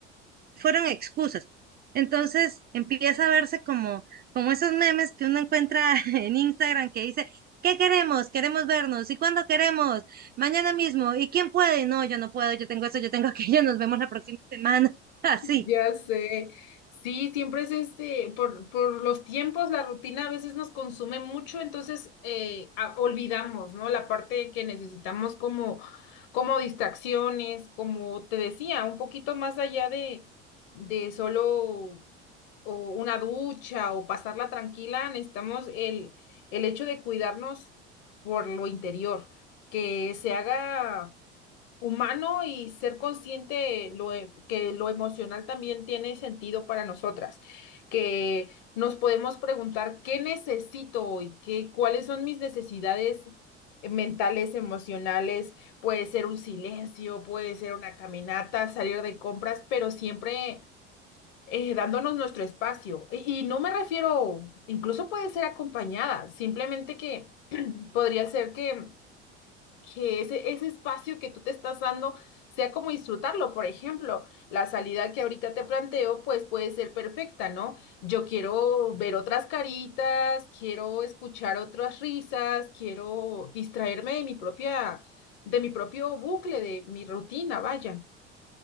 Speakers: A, on the right; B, on the left.
A: fueron excusas. Entonces empieza a verse como, como esos memes que uno encuentra <laughs> en Instagram que dice, ¿qué queremos? Queremos vernos. ¿Y cuándo queremos? Mañana mismo. ¿Y quién puede? No, yo no puedo, yo tengo eso, yo tengo <laughs> aquello, nos vemos la próxima semana. <laughs> Así,
B: Ya sé. Sí, siempre es este, por, por los tiempos, la rutina a veces nos consume mucho, entonces eh, a- olvidamos, ¿no? La parte que necesitamos como, como distracciones, como te decía, un poquito más allá de, de solo o una ducha o pasarla tranquila, necesitamos el, el hecho de cuidarnos por lo interior, que se haga humano y ser consciente lo, e- que lo emocional también tiene sentido para nosotras, que nos podemos preguntar qué necesito hoy, qué, cuáles son mis necesidades mentales, emocionales, puede ser un silencio, puede ser una caminata, salir de compras, pero siempre eh, dándonos nuestro espacio. Y, y no me refiero, incluso puede ser acompañada, simplemente que <clears throat> podría ser que que ese, ese espacio que tú te estás dando sea como disfrutarlo. Por ejemplo, la salida que ahorita te planteo, pues puede ser perfecta, ¿no? Yo quiero ver otras caritas, quiero escuchar otras risas, quiero distraerme de mi propia, de mi propio bucle, de mi rutina, vaya.